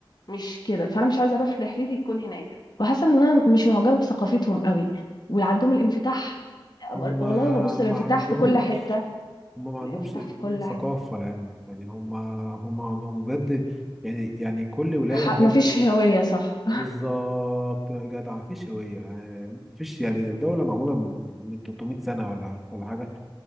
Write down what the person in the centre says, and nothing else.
هم
ما عندهمش
هم ما عندهمش
ثقافه
لعلمك يعني هم هم هم بجد يعني يعني كل ولايه
بجد
بالظبط يا جدع مفيش هوية يعني مفيش يعني دولة معمولة من من 300 سنة ولا ولا حاجة